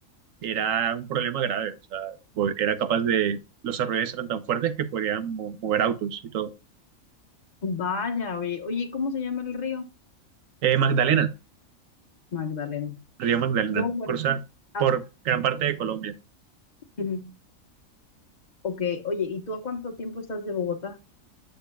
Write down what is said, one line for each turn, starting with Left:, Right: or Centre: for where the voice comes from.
Right: era un problema grave, o sea, po- era capaz de, los arroyos eran tan fuertes que podían mo- mover autos y todo.
Left: Vaya, oye. Oye, ¿cómo se llama el río?
Right: Eh, Magdalena,
Left: Magdalena.
Right: Río Magdalena,
Left: No, bueno.
Right: cruza
Left: Ah,
Right: por gran parte de Colombia.
Left: ujú. Ok, oye, ¿y tú a cuánto tiempo estás de Bogotá?